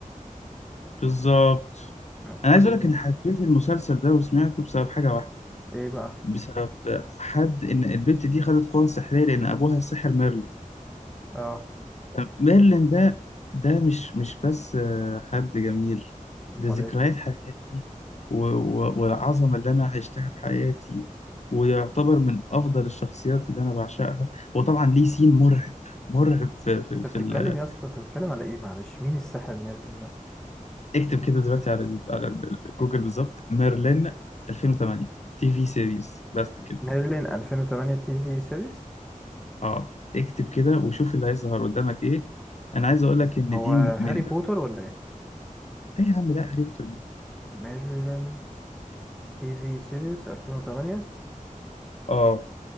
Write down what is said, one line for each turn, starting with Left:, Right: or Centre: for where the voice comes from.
Left: بالظبط
Centre: اوكي
Left: أنا عايز أقول لك أنا حبيت المسلسل ده وسمعته بسبب حاجة واحدة
Centre: ايه بقى
Left: بسبب حد إن البنت دي خدت قوة سحرية لأن أبوها الساحر ميرلين
Centre: اه
Left: طب ميرلين ده ده مش مش بس آه، حد جميل
Centre: امال
Left: ده ذكريات
Centre: ايه
Left: حياتي و- و- والعظمة اللي أنا عشتها في حياتي ويعتبر من أفضل الشخصيات اللي أنا بعشقها وطبعا ليه سين مرعب مرعب في في,
Centre: انت
Left: في
Centre: بتتكلم
Left: ال...
Centre: يا اسطى انت بتتكلم على ايه معلش مين الساحر ميرلين ده؟
Left: اكتب كده دلوقتي على اليوت- على ال- جوجل بالظبط ميرلين 2008 تي في سيريز بس كده
Centre: ميرلين 2008 تي في سيريس
Left: اه اكتب كده وشوف اللي هيظهر قدامك ايه انا عايز اقول لك ان
Centre: هو
Left: دي من
Centre: هاري بوتر ولا ايه
Left: ايه يا عم لا هاري بوتر مين؟
Centre: ميرلين تي في سيريس 2008
Left: اه